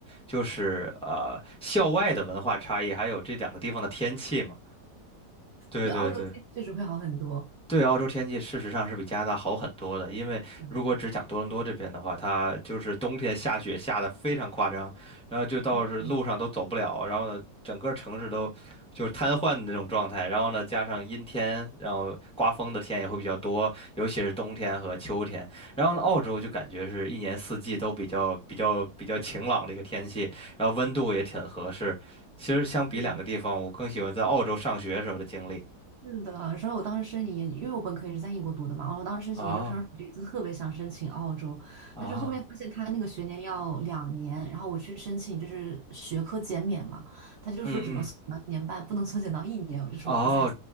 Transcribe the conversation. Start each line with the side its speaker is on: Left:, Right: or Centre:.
Centre: 就是呃校外的文化差异，还有这两个地方的天气嘛。对对对。
Right: 对，澳洲确实会好很多。
Centre: 对，澳洲天气事实上是比加拿大好很多的，因为如果只讲多伦多这边的话，
Right: 嗯
Centre: 它就是冬天下雪下的非常夸张，然后就到是路上都走不了，
Right: 嗯嗯，
Centre: 然后呢，整个城市都就是瘫痪的那种状态，然后呢，加上阴天，然后刮风的天也会比较多，尤其是冬天和秋天。然后呢，澳洲就感觉是一年四季都比较比较比较晴朗的一个天气，然后温度也挺合适。其实相比两个地方，
Right: 是的
Centre: 我更喜欢在澳洲上学时候的经历。
Right: 是的，然后我当时申请研，因为我本科也是在英国读的嘛，然后我当时申请研究生一就特别想申请澳洲，
Centre: 啊啊！
Right: 但是后面发现他那个学年要两年，然后我去申请就是学科减免嘛，他就说只能缩减到一年半，
Centre: 嗯嗯，
Right: 不能缩减到一年，我就说哎，
Centre: 哦